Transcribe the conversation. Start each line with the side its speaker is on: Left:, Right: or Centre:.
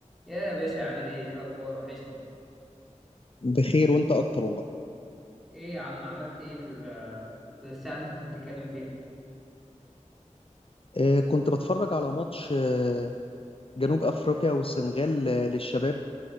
Centre: يا باشا عامل ايه ايه الاخبار وحشني
Left: بخير وانت اكتر والله
Centre: ايه يا عم عملت ايه في ال- في الساعه اللي انت كنت بتتكلم فيها
Left: آه، كنت بتفرج على ماتش آه، جنوب افريقيا والسنغال آه، للشباب